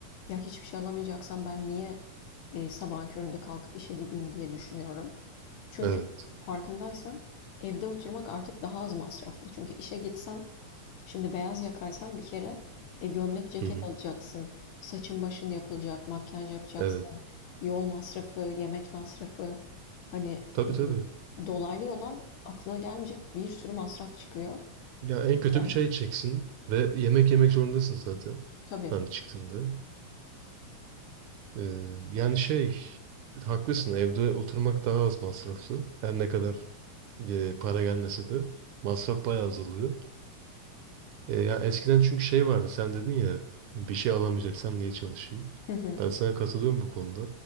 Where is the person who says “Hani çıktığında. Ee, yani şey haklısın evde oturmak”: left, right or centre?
Right